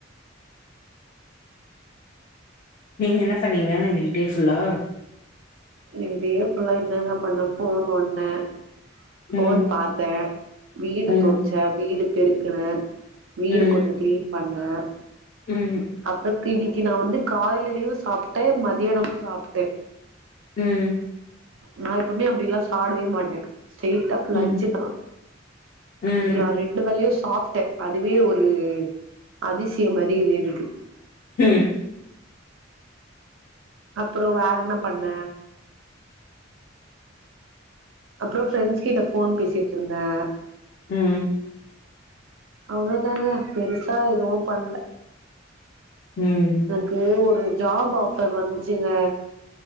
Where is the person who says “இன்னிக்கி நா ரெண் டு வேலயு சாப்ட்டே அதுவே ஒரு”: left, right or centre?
Right